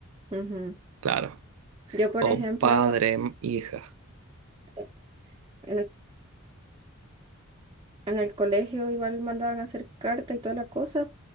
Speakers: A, on the right (about 20°); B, on the right (about 70°).
A: Ujú.
B: claro,
A: Yo, por
B: o
A: ejemplo,
B: padre, m- hija.
A: eh, en el, en el colegio igual mandaban a hacer carta y toda la cosa,